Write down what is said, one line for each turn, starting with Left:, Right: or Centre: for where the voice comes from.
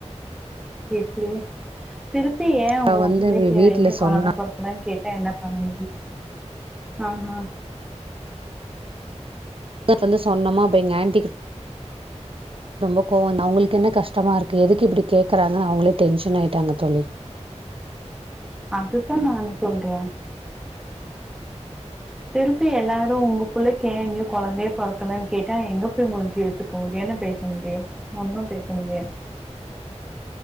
Centre: எப்டி திருப்பி ஏன் உங்க
Right: நா வந்து
Centre: பிள்ளைக்கு
Right: வீ வீட்ல
Centre: இன்னும் கொழந்த
Right: சொன்ன
Centre: பொறக்கலேன்னு கேட்டா என்ன பண்ண முடியும் ஆ ஆ
Right: வந்து சொன்னோமா அப்போ எங்க ஆன்டிக் ரொம்ப கோவோ அவங்களுக்கு என்ன கஷ்டமா இருக்கு எதுக்கு இப்டி கேக்குறாங்கன்னு அவங்களே டென்ஷன் ஆயிட்டாங்க தோழி
Centre: அதுதான் நானும் சொல்றேன் திருப்பி எல்லாரும் உங்க புள்ளைக்கு ஏன் இன்னும் கொழந்தையே பொறக்கலேனு கேட்டா எங்க போய் மூஞ்சிய வச்சு இப்ப உங்கிட்ட என்ன பேச முடியும் ஒன்னும் பேச முடியாது